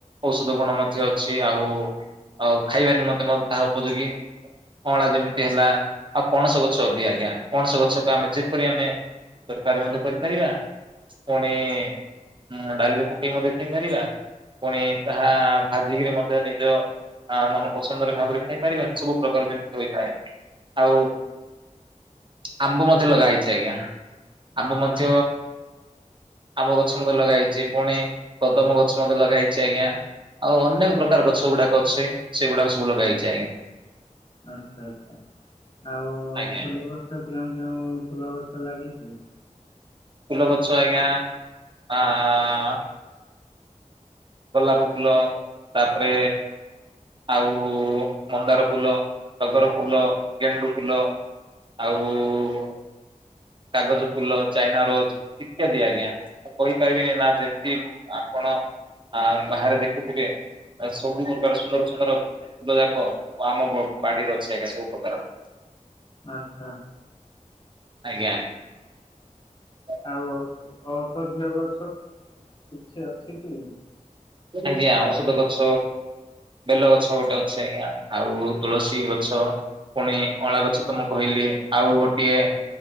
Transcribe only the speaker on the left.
ଆଚ୍ଛା
ଆଚ୍ଛା ଆଚ୍ଛା ଆଉ
ଫୁଲ ଗଛ କେଉଁ କେଉଁ ଫୁଲ ଗଛ ଲାଗିଛି?
ଆଛା
ଆଉ ଔଷଧୀୟ ଗଛ କିଛି ଅଛି କି?